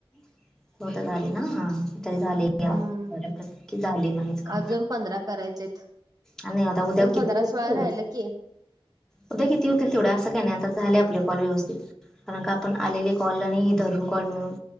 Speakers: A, in the centre; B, on the right (about 40°).
A: <inaudible> चौदा झाले ना, हा तरी झाले घ्या
B: हम्म
A: बऱ्यापैकी झालयं म्हणाच काम.
B: अजून पंधरा करायचेत.
A: आणि आता उद्या
B: अजून पंधरा
A: किती? देतील
B: सोळा
A: तेवढे.
B: राहिलं की
A: उद्या किती होतील तेवढे, असं काही नाही आता झाले आपले कॉल व्यवस्थित. कारण, का आपण आलेले कॉल आणि हे धरून कॉल मिळून